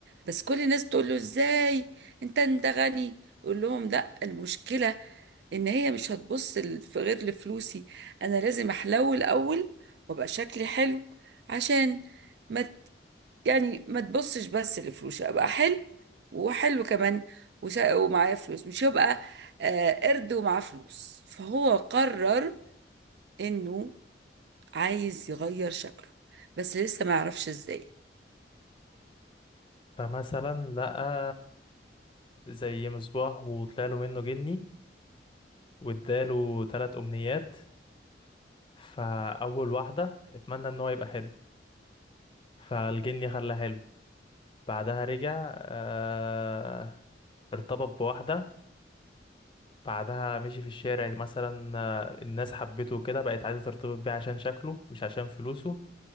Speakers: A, on the right; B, on the left.
A: بس كل الناس تقول له ازاي انت انت غني يقول لهم لا المشكله ان هي مش هتبص ل- في غير لفلوسي انا لازم احلو الاول وابقى شكلي حلو عشان ما يعني ما تبصش بس لفلوسي ابقى حلو وحلو كمان وس- ومعايا فلوس مش يبقى آه، قرد ومعاه فلوس فهو قرر انه عايز يغير شكله بس لسه ما يعرفش ازاي
B: فمثلا لقى زي مصباح وطلع له منه جني واداله تلات أمنيات فأول واحدة اتمنى ان هو يبقى حلو فالجني خلاه حلو بعدها رجع آه ارتبط بواحدة بعدها مشي في الشارع مثلا آه، الناس حبته وكده بقت عايزة ترتبط بيه عشان شكله مش عشان فلوسه